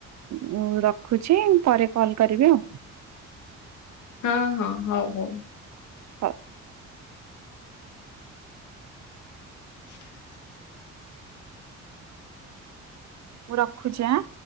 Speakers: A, on the right; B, on the left.
A: ମୁଁ ରଖୁଛି ପରେ କଲ କରିବି ଆଉ।
B: ହଁ ହଁ ହୋଉ ହୋଉ।
A: ହ।
B: <inaudible>
A: ମୁଁ ରଖୁଚି ଆଁ